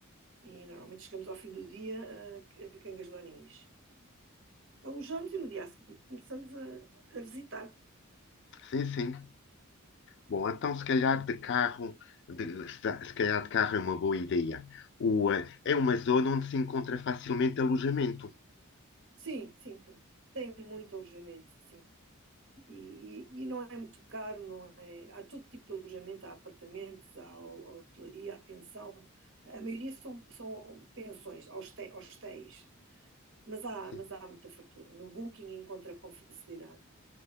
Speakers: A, on the right; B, on the left.
A: e normalmente chegamos ao fim do dia eh, a Cangas de Onis alojamos e no dia a seguir começamos a, a visitar.
B: Sim, sim. Bom, então se calhar de carro de se da se calhar de carro é uma boa ideia. O, eh, é uma zona onde se encontra facilmente alojamento.
A: Sim, sim, sim. Tem muito alojamento, sim. E, e, e não é muito caro, não é? Há todo tipo de alojamento, há apartamentos, há ho- há hotelaria, há pensão. A maioria são, são pensões, hoste- hostéis, mas há,
B: Sim,
A: mas há muita fartura. No Booking encontra com facilidade.